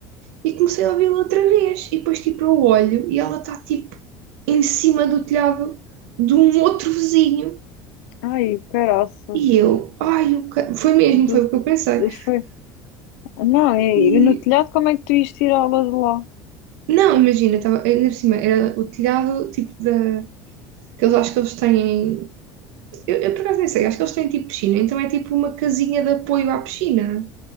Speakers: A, on the right; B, on the left.
A: E comecei a ouvi-la outra vez. E depois, tipo, eu olho e ela está, tipo, em cima do telhado de um outro vizinho
B: Ai, o caraça.
A: E eu, ai, o ca- foi mesmo,
B: Do...
A: foi o que eu pensei.
B: Foi... Não, e,
A: E
B: e no telhado como é que tu ias tirá-la de lá?
A: não, imagina, tava, ainda por cima, era o telhado tipo da. Que eles acho que eles têm. Eu, eu por acaso nem sei, acho que eles têm tipo piscina, então é tipo uma casinha de apoio à piscina.